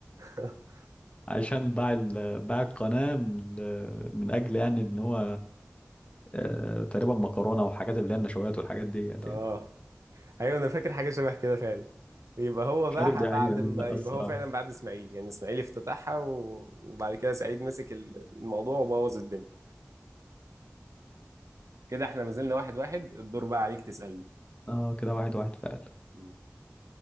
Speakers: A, on the right (about 80°); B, on the left (about 25°).
A: <laughs>
B: عشان باع ال- باع القناة ل- من أجل يعني إن هو آه، تقريبا مكرونة وحاجات اللي هي النشويات والحاجات ديت
A: اه
B: يعني
A: ايوه انا فاكر حاجه شبه كده فعلا يبقى هو
B: مش
A: باعها
B: عارف دي تمام
A: بعد
B: حقيقة
A: ما
B: ولا لأ
A: يبقى
B: الصراحة
A: هو فعلا بعد اسماعيل يعني اسماعيل افتتحها و... وبعد كده سعيد مسك ال- الموضوع وبوظ الدنيا كده احنا ما زلنا واحد واحد الدور بقى عليك تسألني
B: اه كده واحد واحد فعلا
A: مم.